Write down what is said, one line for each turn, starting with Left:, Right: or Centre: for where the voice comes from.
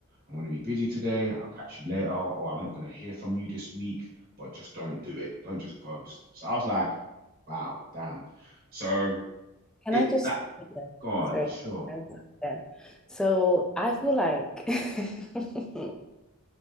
Right: I'm going to be busy today. I'll catch you later. Or I'm not going to hear from you this week, but just don't do it. Don't just ghost. So I was like, wow, damn. So
Centre: Can
Right: it
Centre: I just
Right: that
Centre: stop you there?
Right: gone,
Centre: Sorry.
Right: sure.
Centre: Can I stop you there? So I feel like <laughs>